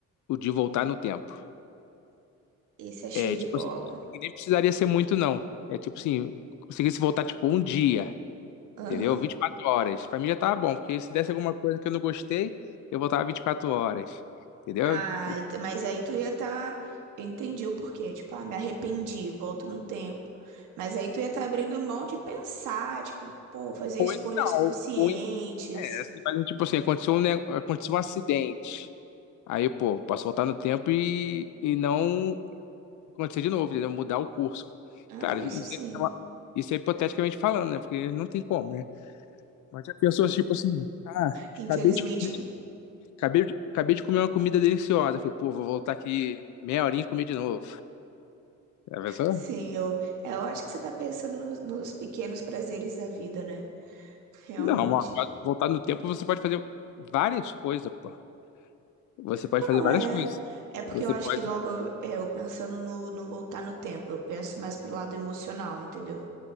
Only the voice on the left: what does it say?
o de voltar no tempo.
É,
tipo
assim, e nem precisaria ser muito, não. É tipo assim, conseguisse voltar, tipo, um dia,
entendeu? vinte e quatro horas. Pra mim já tava bom, porque se desse alguma coisa que eu não gostei, eu voltava 24 horas, entendeu?
E-
Ou,
en- não,
ou, ou en- é, assim, mas tipo assim, aconteceu um, ne- aconteceu um acidente. Aí, pô, posso voltar no tempo e, e não acontecer de novo, entendeu? Mudar o curso.
Claro,
isso
é, uma- isso é hipoteticamente falando, né? Porque não tem como, né? Mas já pensou, tipo assim, ah,
acabei de comer Acabei de, acabei de comer uma comida deliciosa. Falei, pô, vou voltar aqui meia horinha e comer de novo. Já pensou?
Não, amor, voltar no tempo você pode fazer várias coisas, pô. Você pode
fazer várias
coisas.
Você
pode.